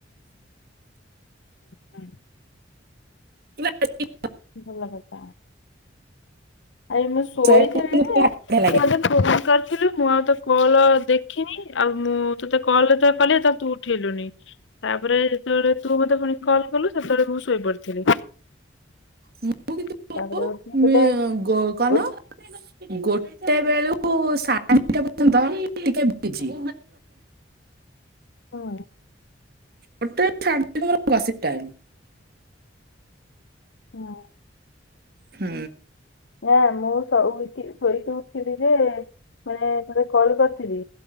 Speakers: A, on the left; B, on the right.
A: <inaudible>
B: <unintelligible>
A: ଭଲ କଥା ଆଜି ମୁଁ ଶୋଇଥିଲି
B: ସୋୟାବିନ୍ ମତେ
A: ଯେ
B: ଭାରି ବଢିଆ
A: ତୁ
B: ଲାଗେ
A: ମତେ ଫୋନ କରିଥିଲୁ ମୁଁ ଆଉ ତୋ କଲ୍ ଦେଖିନି ଆଉ ମୁଁ ତତେ କଲ୍ ଯେତେବେଳେ କଲି ସେତବେଳେ ତୁ ଉଠେଇଲୁନି। ତାପରେ ଯେତେବେଳେ ତୁ ମତେ ପୁଣି କଲ୍ କଲୁ ସେତେବେଳେ ମୁଁ ଶୋଇପଡିଥିଲି।
B: ମୁଁ କିନ୍ତୁ
A: ତାପରେ
B: <unintelligible>
A: ଉଠିକି ତତେ ଉଁ
B: ଗୋଟେ ବେଳୁ ସାଢେ ଦିଟା ପର୍ଯ୍ୟନ୍ତ ଟିକେ ବିଜି
A: ହୁଁ।
B: ଗୋଟେ ରୁ ସାଢେ଼ ଦିଟା ମୋର ଗସିପ ଟାଇମ୍।
A: ହଁ।
B: ହୁଁ।
A: ନାଁ ମୁଁ ଶଇକି ଶୋଇକି ଉଠିଲି ଯେ ମାନେ ତୋତେ କଲ୍ କରିଥିଲି।